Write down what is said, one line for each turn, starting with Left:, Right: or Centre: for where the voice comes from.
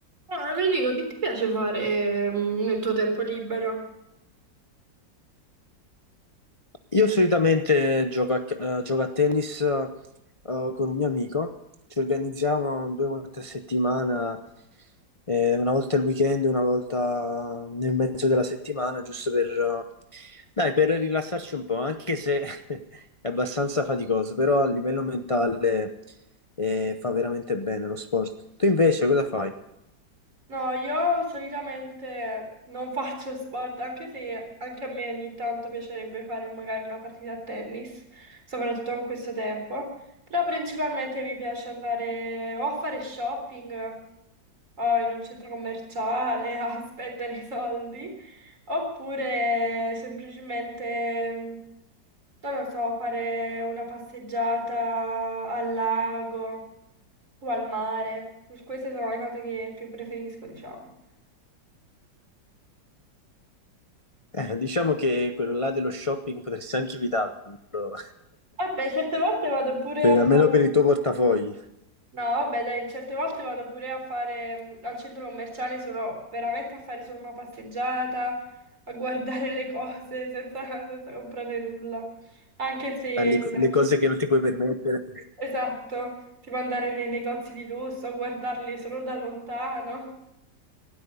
Right: Ah, Federico, che ti piace fare mm, nel tuo tempo libero?
Left: Io solitamente gioco a, ca- eh, gioco a tennis eh, eh, con un mio amico, ci organizziamo due volte a settimana, eh, una volta il weekend, una volta nel mezzo della settimana, giusto per, eh, dai, per rilassarci un po', anche se <laughs> è abbastanza faticoso, però a livello mentale eh, fa veramente bene lo sport. Tu invece cosa fai? <laughs>
Right: No, io solitamente non faccio sport, anche se anche a me ogni tanto piacerebbe fare magari una partita a tennis, soprattutto in questo tempo. Però principalmente mi piace andare o a fare shopping o in un centro commerciale a <laughs> spendere i soldi, oppure semplicemente, mm, non lo so, fare una passeggiata al lago. o al mare. Queste sono le cose che più preferisco, diciamo.
Left: Eh, diciamo che quello là dello shopping potresti anche evitarlo, <laughs>
Right: Vabbè, certe volte vado pure
Left: Per-
Right: al...
Left: almeno per il tuo portafogli.
Right: No, vabbè, dai, certe volte vado pure a fare mm, al centro commerciale, sono veramente a fare solo una passeggiata, a guardare le cose <laughs> senza, senza comprare nulla. Anche se...
Left: alle-
Right: <laughs>
Left: le cose che non ti puoi permettere.
Right: Esatto, tipo andare nei negozi di lusso, guardarli solo da lontano.